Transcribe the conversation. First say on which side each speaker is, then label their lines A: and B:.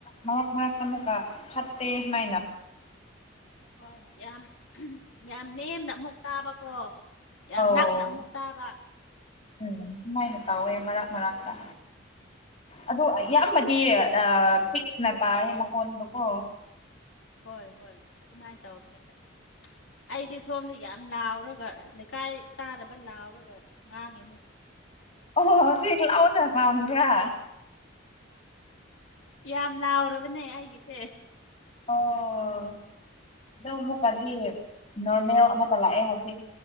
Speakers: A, on the left (about 35°); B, on the left (about 80°).
A: ꯃꯔꯛ ꯃꯔꯛꯇ ꯑꯃꯨꯛꯀ ꯐꯠꯇꯦ ꯃꯥꯏꯅꯥ
B: ꯍꯣꯏ ꯌꯥꯝ ꯌꯥꯝ ꯅꯦꯝꯅ ꯑꯃꯨꯛ ꯇꯥꯕꯀꯣ ꯌꯥꯝ
A: ꯑꯧ
B: ꯅꯛꯅ ꯑꯃꯨꯛ ꯇꯥꯕ
A: ꯎꯝ ꯑꯗꯨꯃꯥꯏꯅ ꯇꯧꯋꯦ ꯃꯔꯛ ꯃꯔꯛꯇ ꯑꯣ ꯑꯌꯥꯝꯕꯗꯤ ꯄꯤꯛꯅ ꯇꯥꯔꯦ ꯃꯈꯣꯟꯗꯣꯀꯣ
B: ꯍꯣꯏ ꯍꯣꯏ ꯑꯗꯨꯃꯥꯏꯅ ꯇꯧꯕꯅꯦ ꯑꯁ ꯑꯩꯗꯤ ꯁꯣꯝꯗ ꯌꯥꯝ ꯂꯥꯎꯔꯒ ꯂꯩꯀꯥꯏ ꯇꯥꯅꯕ ꯂꯥꯎꯔꯒ ꯉꯥꯡꯉꯤꯅꯦ
A: ꯑꯣ ꯍꯧꯖꯤꯛ ꯂꯥꯎꯅ ꯉꯥꯡꯕꯔꯥ
B: ꯌꯥꯝ ꯂꯥꯎꯔꯕꯅꯦ ꯑꯩꯒꯤꯁꯦ
A: ꯑꯣ ꯑꯗꯣ ꯑꯃꯨꯛꯀꯗꯤ ꯅꯣꯔꯃꯦꯜ ꯑꯃꯨꯛꯀ ꯂꯥꯛꯑꯦ ꯍꯧꯖꯤꯛ